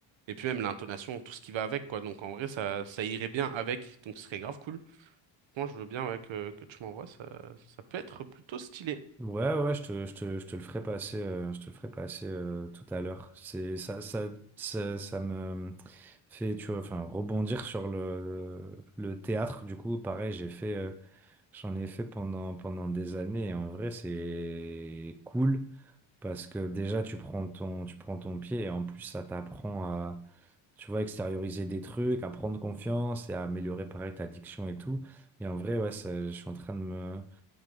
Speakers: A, on the right; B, in the centre.
A: Et puis même l'intonation, tout ce qui va avec, quoi. Donc en vrai, ça, ça irait bien avec. Donc ce serait grave cool. Moi, je veux bien ouais, que, que tu m'envoies. Ça, ça peut être plutôt stylé.
B: Ouais, ouais, je te, je te, je te le ferai passer, euh, je te le ferai passer euh, tout à l'heure. C'est ça, ça, ça, ça me fait, tu vois, enfin, rebondir sur le, le théâtre. Du coup, pareil, j'ai fait, euh, J'en ai fait pendant, pendant des années et en vrai, c'est cool parce que déjà, tu prends ton, tu prends ton pied et en plus, ça t'apprend à, tu vois, extérioriser des trucs, à prendre confiance et à améliorer pareil ta diction et tout. Et en vrai, ouais, ça- je suis en train de me,